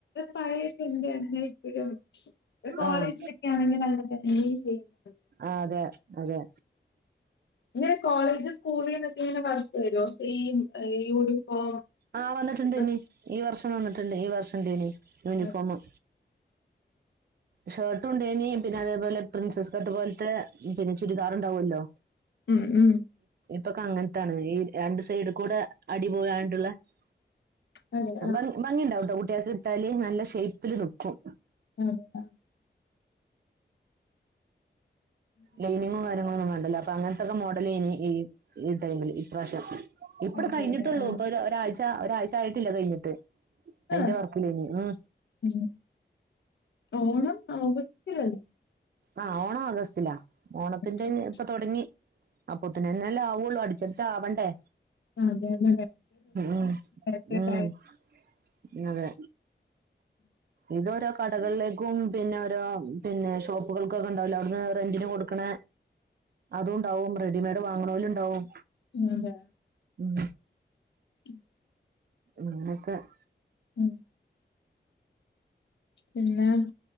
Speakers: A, on the left; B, on the right.
A: പഴേട്ടന്റെനെ. <unintelligible> കോളേജിലൊക്കെ
B: ആഹ്
A: ആണെങ്കിൽ <unintelligible> ചെയ്യുന്നു.
B: ആ അതെ അതെ.
A: ഇനൊര് കോളേജ് സ്കൂളി നിന്നൊക്കെ ഇങ്ങനെ പർഞ്ഞ് ട്ട്വെരോ. <unintelligible> <unintelligible>
B: ആ വന്നിട്ടുണ്ടെന്ന്
A: ഡ്രസ്
B: ഈ വർഷം വന്നിട്ടുണ്ട് ഈ വർഷം ഇൺടൈന് യൂണിഫോമ്.
A: അതെ.
B: ഷർട്ടും ഉണ്ടേയ്ന് പിന്നെ അതേപോലെ പ്രിൻസസ് കർട്ട് പോലത്തെ പിന്നെ ചുരിദാറുണ്ടാവല്ലോ.
A: ഉം ഉം.
B: ഇപ്പൊക്കെ അങ്ങൻത്താണ് ഈ രണ്ട് സൈഡ് കൂടെ അടി. <unintelligible>
A: അതെ ആഹ്
B: ബംഗ ഭംഗി ഉണ്ടാവട്ടോ കുട്ടികൾക്ക് ഇട്ടാല് നല്ല ഷേ്യ്പ്പില് നിക്കും.
A: അക്ക <unintelligible>
B: ലൈനിങ്ങും കാര്യങ്ങളൊ ഒന്നും വേണ്ടല്ലോ, അപ്പൊ അങ്ങനത്തെൊക്കെ മോഡല് അയ്നി ഈ ഈ ടൈമില് ഇപ്രാവശ്യം ഇപ്പങ്ങട്ട്
A: അതെ
B: കഴിഞ്ഞിട്ടുള്ളൂ
A: അതെ ആഹ്
B: ഇപ്പൊ ഒരാഴ്ച ഒരാഴ്ച ആയിട്ടില്ല കഴിഞ്ഞിട്ട് അയിന്റെ
A: ആഹ്
B: വർക്കിലേനി ഉം
A: ഉം ഓണം ഓഗസ്റ്റിലല്ലേ
B: ആഹ് ഓണം ആഗസ്റ്റിലലാ ഓണത്തിന്റെ
A: ഓഗസ്റ്റിലല്ലേ
B: ഇപ്പൊ തുടങ്ങി അപ്പത്തിനെന്നല്ലേ ആവള്ളൂ അടിച്ചടച്ച ആവണ്ടേ
A: ആ അതെെ ബ
B: ഉം
A: ഒ
B: ഉം
A: <unintelligible>
B: അതെ ഇതൊരോ കടകളിലേക്കും പിന്നെ ഓരോ പിന്നെ ഷോപ്പ പൂക്കൾക്കൊക്കെ <unintelligible> ഉണ്ടാവൂലേ അവിടുന്ന് റെന്റിന് കൊടുക്കണെ, അതും ഉണ്ടാവും റെഡിമെയ്ഡ് വാങ്ങനോലും ഉണ്ടാവും
A: ആല്ല <unintelligible>
B: ഉം
A: ഉം
B: നിങ്ങക്കെ <unintelligible>
A: ഉം പിന്നെ